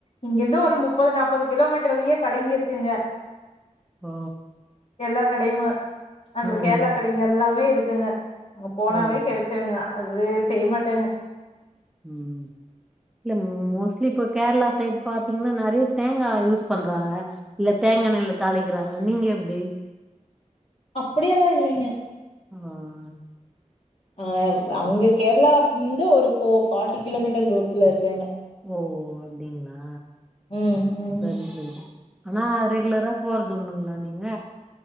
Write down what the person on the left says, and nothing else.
இங்கருந்து ஒரு முப்பது நாப்பது கிலோமீட்டர்லயே கடைங்கிருக்குங்க <inaudible>
எல்லா கடையுமு அந்த
கேரளா கடைங்க எல்லாமே இருக்குங்க அங்க போனாவே
கெடைச் சிருங்க அது செய்ய மாட்டேங்க
அப்படியெல்லா இல்லீங்க
ஆ அங்க கேர்ளா வந்து ஒரு போ ஃபார்ட்டி கிலோமீட்டர் தூரத்துல இருக்கேங்க
ம் ம்